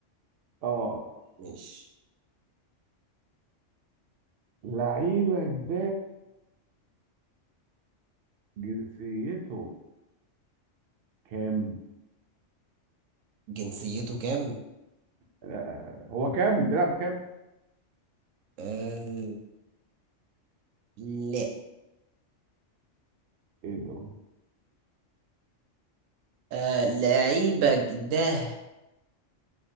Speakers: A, on the right (about 60°); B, on the right (about 85°).
A: اه
B: مش
A: لعيبه جداد جنسيته كام
B: جنسيته كام
A: لا هو كام بيلعب كام
B: آه، لا
A: ايه ده
B: آه، لعيبك ده